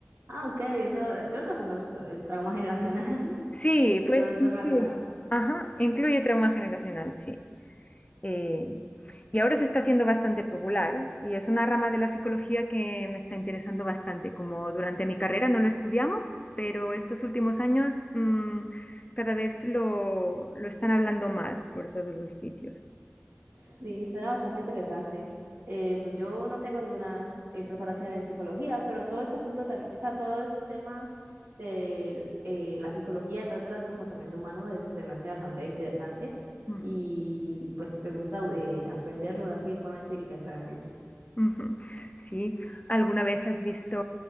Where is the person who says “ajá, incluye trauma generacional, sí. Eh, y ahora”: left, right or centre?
Left